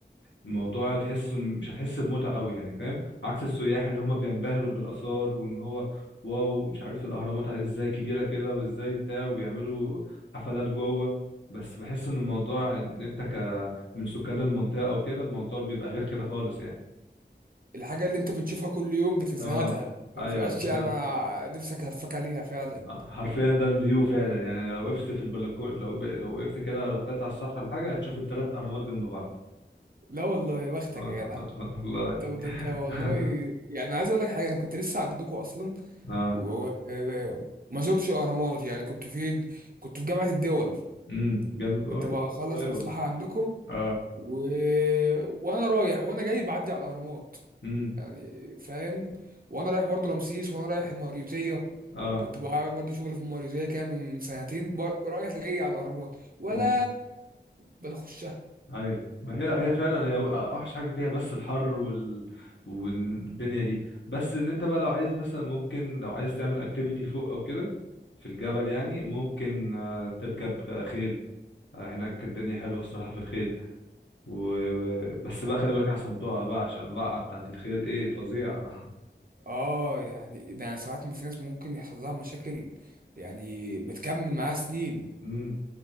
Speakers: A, on the left (about 75°); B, on the right (about 50°).
A: والموضوع تحسه مش هتحس بمتعه قوي يعني فاهم عكس السياح اللي هم بينبهروا بالاثار وان هو واو مش عارف الاهرامات ازاي كبيره كده وازاي بتاع وبيعملوا حفلات جوه بس بحس ان الموضوع ان انت من سكان المنطقة وكده الموضوع بيبقى غير كده خالص يعني
B: الحاجه اللي انت بتشوفها كل يوم بتزهدها
A: اه
B: ما
A: ايوه
B: بتبقاش
A: بس
B: انا
A: ده
B: نفسك هفاك عليها فعلا
A: آه، حرفيا ده الفيو فعلا يعني لو وقفت في البلكونة لو ب... لو وقفت كده لو طلعت على السطح ولا حاجة هتشوف التلات أهرامات جنب بعض
B: لا والله يا بختك
A: آه،
B: يا جدع
A: <laughs> والله
B: انت
A: <laughs>
B: ده انت والله يعني عايز اقول لك حاجه انا كنت لسه عندكم اصلا
A: اه
B: و- و- وما زرتش الاهرامات يعني كنت فين كنت في جامعه الدول
A: امم جنب
B: كنت
A: قريب-
B: بخلص
A: قريبة
B: مصلحة عندكم
A: اه
B: و... وانا رايح وانا جاي بعدي على الاهرامات
A: امم
B: يعني فاهم وانا رايح برضو رمسيس وانا رايح الماريوتية
A: اه
B: كنت بعمل برضو شغل في الماريوتية كان من سنتين ب- رايح جاي على الاهرامات ولا
A: امم.
B: بنخشها
A: ايوه ما هي هي فعلا هي اوحش حاجه فيها بس الحر وال والدنيا دي بس ان انت بقى لو عايز مثلا ممكن لو عايز تعمل اكتيفيتي فوق او كده في الجبل يعني ممكن آه، تركب آه، خيل آه، هناك الدنيا حلوه الصراحه في الخيل و... بس بقى خلي بالك عشان تقع بقى عشان الوقعه بتاعت الخيل ايه فظيعه
B: اه يعني ده أنا ساعات في ناس ممكن يحصل لها مشاكل يعني بتكمل معاها سنين
A: <laughs> امم